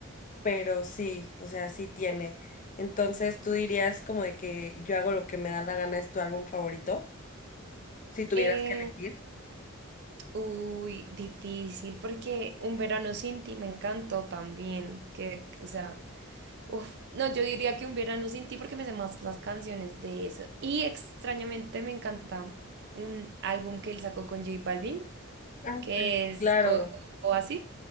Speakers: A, on the left (about 40°); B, on the right (about 55°).
A: pero sí, o sea, sí tiene. Entonces, ¿tú dirías como de que yo hago lo que me da la gana es tu álbum favorito? Si tuvieras
B: Eh,
A: que elegir.
B: uy, difícil, porque Un verano sin ti me encantó también, que, o sea... Uf, no, yo diría que un verano sin ti porque me sé más las canciones de eso. Y extrañamente me encanta un álbum que él sacó con J Balvin,
A: Ah,
B: que
A: sí,
B: es
A: claro,
B: O- Oasis.